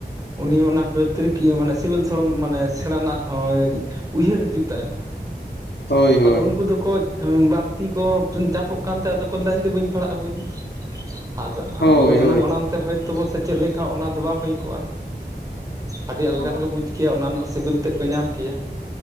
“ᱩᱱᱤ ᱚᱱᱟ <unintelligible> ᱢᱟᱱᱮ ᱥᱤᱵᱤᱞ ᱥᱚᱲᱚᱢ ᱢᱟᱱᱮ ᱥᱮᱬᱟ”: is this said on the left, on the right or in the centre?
Right